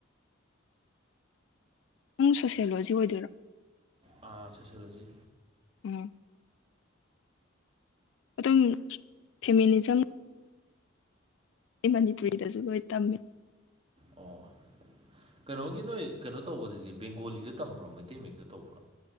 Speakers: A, on the left; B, on the right.
A: <unintelligible> <inaudible> ꯅꯪ ꯁꯣꯁꯤꯌꯣꯂꯣꯖꯤ ꯑꯣꯏꯗꯣꯏꯔꯣ
B: ꯑꯥ ꯁꯂꯣꯂꯂꯣꯖꯤ
A: ꯎꯝ ꯑꯗꯨꯝ ꯐꯦꯃꯤꯅꯤꯖꯝ ꯑꯩ ꯃꯅꯤꯄꯨꯔꯤꯗꯁꯨ ꯂꯣꯏ ꯇꯝꯃꯤ
B: ꯑꯣ ꯀꯩꯅꯣꯒꯤ ꯅꯣꯏ ꯀꯩꯅꯣ ꯇꯧꯕꯗꯗꯤ ꯕꯦꯡꯒꯣꯂꯤꯗ ꯇꯝꯕ꯭ꯔꯣ ꯃꯩꯇꯩ ꯃꯛꯇ ꯇꯧꯕ꯭ꯔꯥ